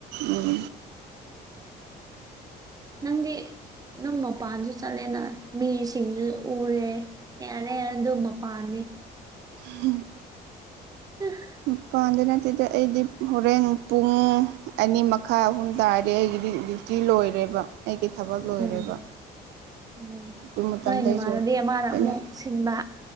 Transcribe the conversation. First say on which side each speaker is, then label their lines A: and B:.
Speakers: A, on the right; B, on the right.
A: ꯎꯝ
B: ꯅꯪꯗꯤ ꯑꯗꯨꯝ ꯃꯄꯥꯟꯁꯨ ꯆꯠꯂꯦꯅ ꯃꯤꯁꯤꯡꯁꯨ ꯎꯔꯦ ꯌꯥꯔꯦ ꯑꯗꯨ ꯃꯄꯥꯥꯟꯅꯤ
A: ꯍꯝ
B: <inaudible>
A: ꯃꯄꯥꯟꯗ ꯅꯠꯇꯦꯗ ꯑꯩꯗꯤ ꯍꯣꯔꯦꯟ ꯄꯨꯡ ꯑꯅꯤ ꯃꯈꯥꯏ ꯑꯍꯨꯝ ꯇꯥꯔꯗꯤ ꯑꯩꯒꯤꯗꯤ ꯗ꯭ꯌꯨꯇꯤ ꯂꯣꯏꯔꯦꯕ ꯑꯩꯒꯤ ꯊꯕꯛ
B: ꯎꯝ
A: ꯂꯣꯏꯔꯦꯕ
B: ꯎꯝ
A: ꯑꯗꯨ ꯃꯇꯝꯗ
B: ꯅꯣꯏ ꯅꯃꯥꯟꯅꯕꯤ
A: ꯑꯩꯁꯨ
B: ꯑꯃꯅ
A: ꯆꯠꯅꯤꯡ
B: ꯑꯃꯨꯛ ꯁꯤꯟꯕ